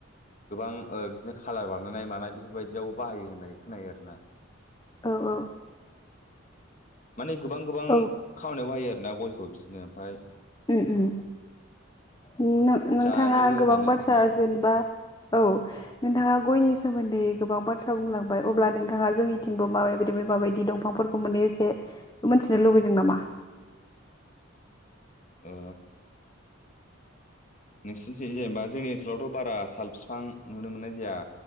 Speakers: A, on the left; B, on the left.
A: गोबां बिदिनो ओ खालार बानायनाय मानाय बेफोरबायदियावबो बाहायो होननाय खोनायो आर ना।
B: औ औ।
A: माने गोबां गोबां
B: उम
A: खामानियाव बाहायो आरो ना गयखौ बिदिनो ओमफफ्राय
B: उम उम नोंथाङा
A: जायोबो
B: गोबां
A: ओरैनो
B: बाथ्रा
A: न'आव
B: जेनेबा औ। नोंथाङा गयनि सोमोन्दै गोबां बाथ्रा बुंलांबाय अब्ला नोंथाङा जोंनिथिंबो माबायायदि माबाय दंफांफोरखौ मोन एसे मिथिनो लुबैदों नामा?
A: ओ नोंसि थ 'जेनेबा जोंनि ओनसोलावथ' बारा साल बिफां नुनो मोननाय जाया।